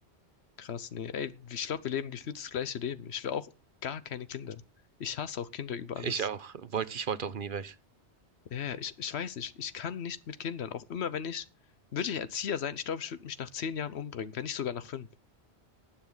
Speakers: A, on the left (about 70°); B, on the right (about 55°).
A: Krass, nee. Ey, ich glaube, wir leben gefühlt das gleiche Leben. Ich will auch gar keine Kinder. Ich hasse auch Kinder über alles.
B: Ich auch, wollte, ich wollte auch nie weg.
A: Ja, ja, ich, ich weiß nicht, ich kann nicht mit Kindern. Auch immer, wenn ich, würde ich Erzieher sein, ich glaube, ich würde mich nach zehn Jahren umbringen, wenn nicht sogar nach fünf.